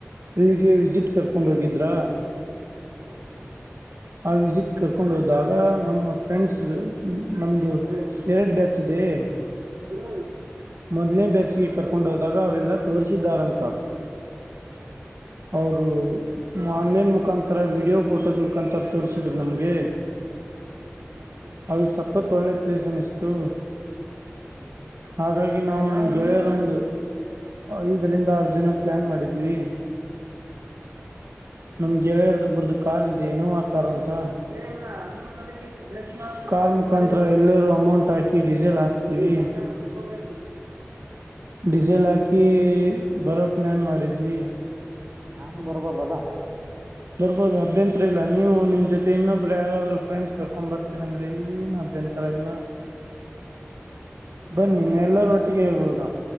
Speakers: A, on the right; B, on the right.
A: ಇಲ್ಲಿಗೆ ವಿಸಿಟ್ ಕರ್ಕೊಂಡು ಹೋಗಿದ್ರಾ.
B: ಹ ಹೌದುೌದು.
A: ಆ ವಿಸಿಟ್ ಕರ್ಕೊಂಡು ಹೋದಾಗ ನಮ್ಮ ಫ್ರೆಂಡ್ಸ್ ನಮ್ದ ಎರಡ್ ಡ್ಯಾತ್ ಇದೆ. ಹ.
B: ಹಾ
A: ಮೊದಲನೇ ಬೇಚ್ಿಗೆ ಕರ್ಕೊಂಡು ಹೋದಾಗ ಅವೆಲ್ಲ ತೋರಿಸಿದ್ದಾರಂತ.
B: ಹ್ಮ್
A: ಅವರು ಆನ್ಲೈನ್ ಮುಖಾಂತರ ವೀಡಿಯೋ ಫೋಟೋಸ್ ಮುಖಾಂತರ ತೋರಿಸಿದ್ರು ನಮ್ಗೆ. <unintelligible> ಅದು ಸಕ್ಕತ್ ಒಳ್ಳೆ ಪ್ಲೇಸ್ ಅನ್ನಿಸ್ತು.
B: ಹ್ಮ
A: ಹಾಗಾಗಿ ನಾವು ಗೆಳೆಯರ ಒಂದು ಐದರಿಂದ ಆರು ಜನ ಪ್ಲಾನ್ ಮಾಡಿದೀವಿ
B: ಹ್ಮ
A: ನಮ್ ಗೆಳೆಯ ಇರ್ದೊಬ್ಬರ್ದ ಕಾರ್ ಇದೆ ವಿನೋವ ಕಾರ್ ಅಂತ. <unintelligible> ಕಾರ್ ಮುಖಾಂರ ಎಲ್ಲರೂ ಅಮೌಂಟ್ ಹಾಕಿ ಡೀಸೆಲ್ ಹಾಕ್ತೀವಿ <unintelligible> ಡೀಸೆಲ್ ಹಾಕಿ ಬರೋ ಪ್ಲಾನ್ ಮಾಡಿದ್ವಿ.
B: ನಾನು ಬರ್ಬೋದಲ್ಲ.
A: ಬರ್ಬೋದು ಅಭ್ಯಂತರ ಇಲ್ಲ ನೀವು ನಿಮ್ ಜೊತೆ ಇನ್ನೊಬ್ರ ಯಾರಾದ್ರು ಫ್ರೆಂಡ್ಸ್ ಕರ್ಕೊಂಡ್ ಬರ್ತೀರ ಅಂದ್ರೆ ಏನ್ ಅಭ್ಯಂತ ತರ ಇಲ್ಲ.
B: ಹಾ
A: ಬನ್ನಿ ಎಲ್ಲರ ಒಟ್ಟಿಗೆ ಹೋಗೋಣ.